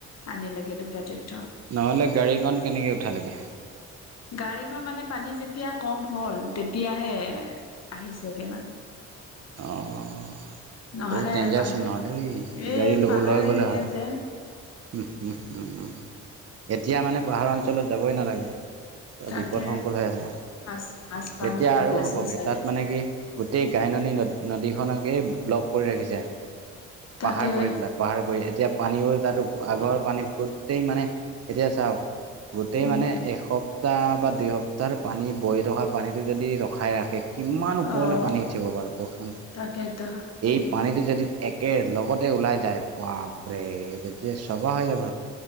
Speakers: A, on the left; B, on the right.
A: আনিলেগে দুটা টেট
B: নহ'লে গাড়ীকখন কেনেকৈ উঠালেগে।
A: গাড়ীখন মানে পানী যেতিয়া কম হ'ল তেতিয়াহে আহিছেগে মানে
B: অ' বহুত
A: নহলে
B: দেঞ্জাৰচন
A: পানী
B: নহলে অই
A: এই
B: গাড়ী ল-লৈ
A: পাহাৰ
B: গ'লে
A: এৰিয়া
B: হয়।
A: যে
B: উম, উম' এতিয়া মানে পাহাৰ অঞ্চলত যাবই নালাগে। পৰা
A: তাকে
B: বিপদসংকুল হৈ আছে।
A: মাছ মাছ পাম
B: এতিয়া
A: বুলি
B: আৰু
A: কৈছিল
B: হ'বগে
A: চাগে।
B: তাত মানে কি গোটেই গাইননী নী নদী কেই ব্লক কৰি ৰাখিছে।
A: তাকে।
B: পাহাৰ পৰি পেলাই পাহাৰ কৰি এতিয়া পানীও তাত আগৰ পানীত গোটেই মানে এতিয়া চাওঁক গোটেই
A: উম।
B: মানে এসপ্তাহ বা দুই সপ্তাহ পানী বই থকা পানীটো যদি ৰখাই ৰাখে কিমান ওপৰলৈ
A: অ'
B: পানী উঠিব বাৰু কওকচোন?
A: তাকেতো
B: এই
A: উম,
B: পানীটো যদি- একে লগতে ওলাই যায়, বাপৰে তেতিয়া চবা হৈ যাব।